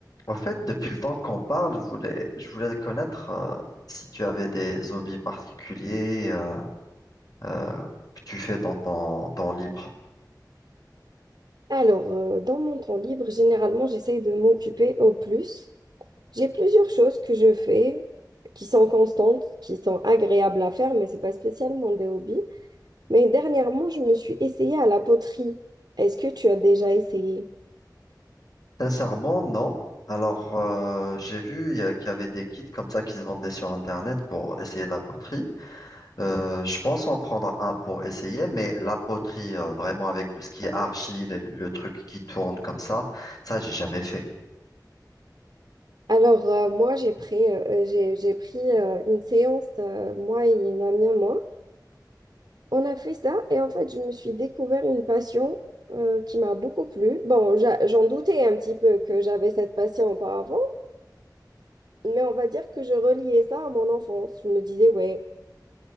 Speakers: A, on the left (about 55°); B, on the right (about 70°).
A: En fait, depuis le temps qu'on parle, je voulais, je voulais connaître euh, si tu avais des hobbies particuliers euh, euh, que tu fais dans ton temps libre.
B: Alors, euh, dans mon temps libre, généralement, j'essaye de m'occuper au plus. J'ai plusieurs choses que je fais qui sont constantes, qui sont agréables à faire, mais c'est pas spécialement des hobbies. Mais dernièrement, je me suis essayée à la poterie. Est-ce que tu as déjà essayé?
A: Sincèrement, non. Alors, euh, j'ai vu euh, qu'il y avait des kits comme ça qui se vendaient sur Internet pour essayer la poterie. Euh, je pense en prendre un pour essayer, mais la poterie, euh, vraiment avec tout ce qui est argile, et le truc qui tourne comme ça, ça, j'ai jamais fait.
B: Alors, euh, moi, j'ai pris, euh, euh, j'ai, j'ai pris euh, une séance, euh, moi et une amie à moi. On a fait ça et en fait, je me suis découvert une passion euh, qui m'a beaucoup plu. Bon, j'a- j'en doutais un petit peu que j'avais cette passion auparavant, Mais on va dire que je reliais ça à mon enfance. Je me disais, ouais,